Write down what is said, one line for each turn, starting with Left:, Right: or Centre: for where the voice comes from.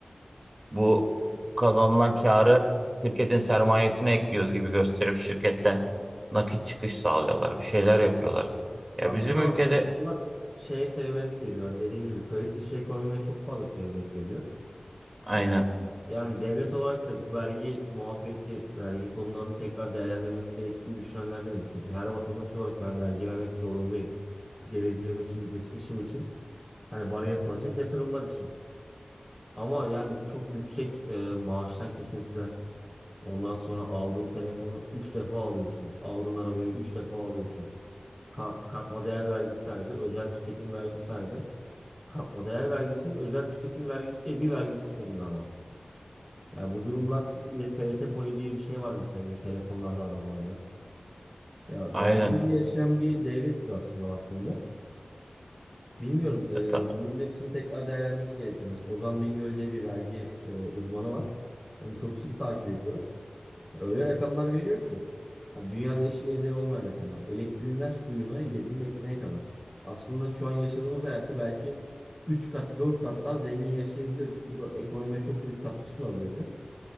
Right: Bu kazanılan karı şirketin sermayesine ekliyoruz gibi gösterip şirketten nakit çıkış sağlıyorlar. Bir şeyler yapıyorlar. Ya
Centre: Aslında
Right: bizim ülkede
Centre: bak bu durumlar şeye sebebiyet veriyor. Hani dediğin gibi kayıt dışı ekonomiye çok fazla sebebiyet veriyor.
Right: aynen
Centre: Ee, yani devlet olarak da bu vergi muafiyeti, vergi konularının tekrar değerlendirilmesi gerektiğini düşünenlerdenim. Çünkü her vatandaş olarak ben vergi vermek zorundayım. Geleceğim için, geçmişim için, hani bana yapılacak yatırımlar için. Ama yani çok yüksek e, maaştan kesintiler Ondan sonra aldığın telefonu 3 defa alıyorsun. Aldığın arabayı 3 defa alıyorsun. Ka- katma değer vergisi ayrı, özel tüketim vergisi ayrı. Katma değer vergisinin özel tüketim vergisi diye bir vergi sistemi daha var. Yani bu durumlar yine TRT payı diye bir şey var mesela yine telefonlarda, arabalarda. Ya
Right: aynen
Centre: vergiyle yaşayan bir devletiz aslında baktığımda. Bilmiyorum, e,
Right: E ta-
Centre: bunların hepsinin tekrar değerlenmesi gerekiyor. Mesela Ozan Bingöl diye bir vergi e, uzmanı var. Onu çok sık takip ediyorum. Öyle rakamlar veriyor ki. ha, dünyada eşi benzeri olmayan rakamlar. Elektriğinden suyuna, yediğin ekmeğe kadar. Aslında şu an yaşadığımız hayatı belki 3 kat, 4 kat daha zengin yaşayabilirdik. Bu da ekonomiye çok büyük katkı sunabilirdi.